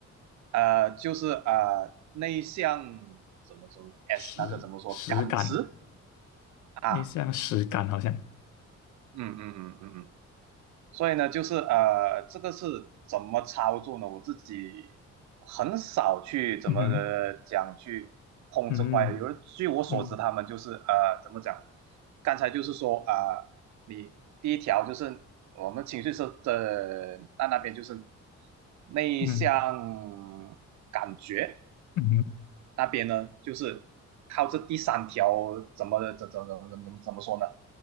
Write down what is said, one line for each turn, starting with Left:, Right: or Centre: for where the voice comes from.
Right: 呃，就是呃内向怎么说呢？S
Left: 实实感啊，
Right: 那个怎么说？感知啊，
Left: 内向实感好像。
Right: 嗯嗯嗯嗯嗯，所以呢，就是呃，这个是怎么操作呢？我自己很少去怎么呃讲去碰这块。
Left: 嗯哼，嗯
Right: 有人据我所知，
Left: 嗯
Right: 他们就是呃怎么讲？刚才就是说啊、呃你第一条就是我们情绪是的，那那边就是内向感觉
Left: 嗯嗯
Right: 那边呢，就是靠这第三条怎么怎怎怎怎怎么怎么说呢？